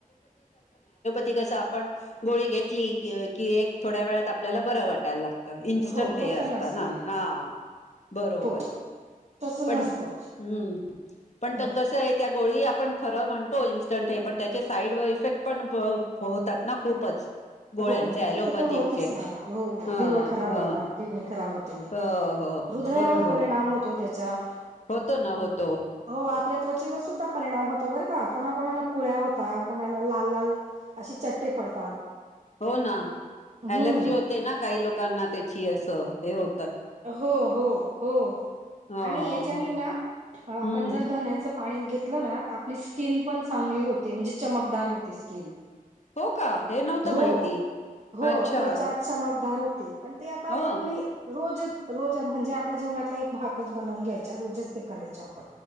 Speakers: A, on the left; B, on the right.
A: ते कसं आपण गोळी घेतली, की एक थोड्या वेळात आपल्याला बरं वाटायला लागतं. इन्स्टंट
B: हो
A: हे
B: तसं
A: असतं
B: नसतं
A: ना
B: हे
A: हा, बरोबर.
B: हो तसं
A: पण
B: नसतं
A: हम्म पण
B: हं,
A: कस आहे त्या गोळी आप आपण खर म्हणतो इन्स्टंट आहे, पण त्याचे साईड इफेक्ट पण होतात ना खूपच. गोळ्यांचे
B: हो मग त्यांचं
A: अलोपॅथिकचे?
B: तर होतच ना हो
A: हा,
B: लिव्हर खराब
A: हा.
B: होता किडनी खराब होते
A: हो, हो. हो
B: हृदयावर
A: बरोबर.
B: परिणाम होतो त्याचा
A: होतो ना होत
B: हो आपल्या त्वचेवर सुद्धा परिणाम होत बर का कोणा कोणाला पुळ्या होतात, कोणाला लाल लाल अशी चट्टे पडतात.
A: हो ना
B: हम्म
A: अलर्जी होते ना काही लोकांना त्याची असं हे हो
B: हो, हो, हो
A: हो
B: आणि याच्याने
A: हो
B: ना आपण
A: हम्म
B: जर धन्याच आणि घेतलं ना त आपली स्किन पण चांगली होते. म्हणजे चमकदार होते स्किन.
A: हो का? हे नव्हतं
B: हो
A: माहिती
B: हो
A: अच्छा
B: त्वचा चमकदार होते पण ते आता
A: हो
B: आपण ने रोजचं रोज म्हणजे आपल्या जीवनातला एक भाकच बनवून घ्यायचा रोजच ते करायचे आप